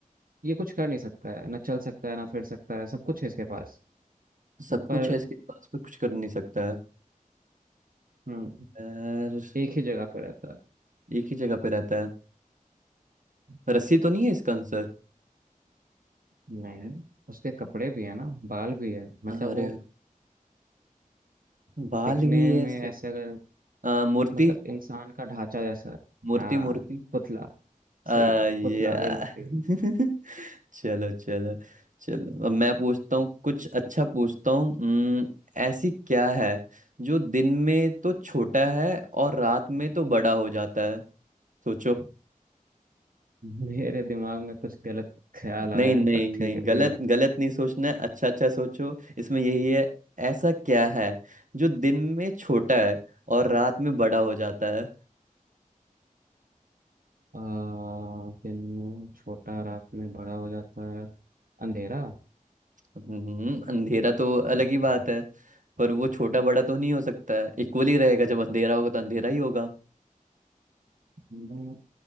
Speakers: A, on the right; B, on the right.
A: ये कुछ कर नहीं सकता है ना चल सकता है ना फिर सकता है सब कुछ है इसके पास
B: सब कुछ
A: पर
B: है इसके पास पर कुछ कर नहीं सकता है
A: हम्म
B: यार
A: एक ही जगह पर रहता है
B: एक ही जगह पे रहता है रस्सी तो नहीं है इसका आंसर
A: नहीं उसके कपड़े भी है ना बाल भी है मतलब
B: अरे
A: वो
B: बाल
A: दिखने
B: भी है
A: में
B: सब
A: ऐसे अगर
B: आ, मूर्ति
A: मतलब इंसान का ढांचा जैसा
B: मूर्ति
A: हाँ
B: मूर्ति
A: पुतला
B: आ,
A: सही
B: यार
A: है पुतला या मूर्ति
B: <laughs> चलो चलो चलो अब मैं पूछता हूँ कुछ अच्छा पूछता हूँ हम्म, ऐसी क्या है जो दिन में तो छोटा है और रात में तो बड़ा हो जाता है सोचो
A: मेरे दिमाग में कुछ गलत ख्याल आया
B: नहीं नहीं
A: है पर
B: नहीं
A: ठीक है कोई
B: गलत
A: बात
B: गलत नहीं सोचना है अच्छा अच्छा सोचो इसमें यही है ऐसा क्या है जो दिन में छोटा है और रात में बड़ा हो जाता है
A: आ, दिन में छोटा रात में बड़ा हो जाता है अंधेरा
B: हम्म, अंधेरा तो अलग ही बात है पर वो छोटा बड़ा तो नहीं हो सकता है इक्वली रहेगा जब अंधेरा होगा तो अंधेरा ही होगा
A: दिन में